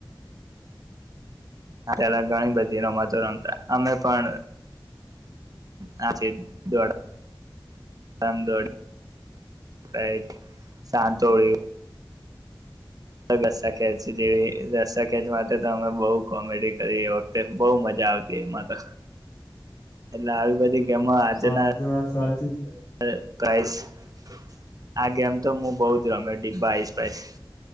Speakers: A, on the right (about 45°); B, on the left (about 50°).
A: ત્યારે ઘણી બધી રમતો રમતા, અમે પણ <inaudible> ધમ દોડી, સાંતોળિયુ રસ્સા ખેચ જેવી, રસા ખેચ માટે તો અમે બહ કોમેડી કરી, એ વખતે બહુ મજા આવતી, એમાં તો એટલે આવી બધી ગેમો આજના
B: હા, એ તો વાત સા ચી છે
A: <unintelligible>
B: <inaudible>
A: આ, ગેમ તો મુ બહુ જ રમ્યો ડિબ્બા આઈસપાઈસ,